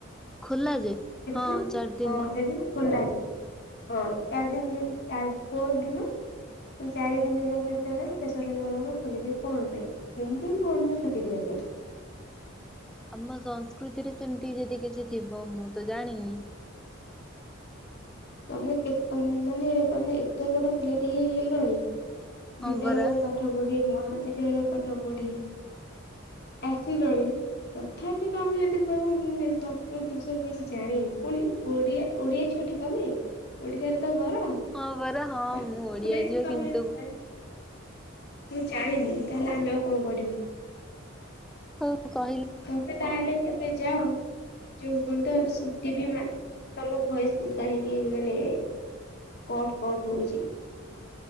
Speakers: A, in the centre; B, on the left.
A: ଖୋଲା ଯେ
B: ସେଦିନ
A: ହଁ ଚାରି ଦିନି।
B: ହଁ ସେଦିନ ଖୋଲାଯାଏ। <inaudible> ହଁ ଚାରି ଦିନ ଚାରି ପରି ଦିନ ଚାରି ଦିନ ଯାକ ଯେତେବେଳେ ଶେଷ ରଜ ଗଲା ପରେରେ ଖୋଲାଯାଏ କଣ ପାଇଁ ତିନି ଦିନ କଣ ପାଇଁ ଛୁଟି ଦିଆଯାଏ।
A: ଆମ ସଂସ୍କୃତିରେ ସେମତି ଯଦି କିଛି ଥିବ ମୁଁ ତ ଜାଣିନି।
B: ତମେ କେତେ ମାନେ ତମେ ଏତେ ବଡ ପିଲାଟେ ହେ ହେଲଣି
A: ହଁ
B: ବିଦ୍ୟାଳୟ
A: ପରା
B: ପାଠ ପଢି ମହାବିଦ୍ୟାଳୟ ପାଠ ପଢି ଆସିଲଣି ତଥାପି ତମେ ଯଦି କହିବ ମୁଁ ଏ ସଂସ୍କୃତି ବିଷୟରେ କିଛି ଜାଣିନି ପୁଣି ଓଡ଼ିଆ ଓଡିଆ ଝିଅଟି ତମେ? ଓଡିଶା ରେ ତ ଘର
A: ହଁ ପରା ହଁ
B: ତା
A: ମୁଁ ଓଡିଆ
B: ପରେ ବି
A: ଝିଅ
B: ତମେ
A: କିନ୍ତୁ
B: କହିବ ମୁଁ ଜାଣିନି। ତାହେଲେ ଆମେ ଆଉ କଣ କରିବୁ।
A: ହଉ କହିଲୁ
B: ତମେ ତାହେଲେ କେବେ ଯାଅ ଯୋଉ କଣନ୍ତ ସୁ ଟିଭି ମା ତମ ଭଏସ କାହିଁକି ମାନେ କଟ କଠ ହଉଛି।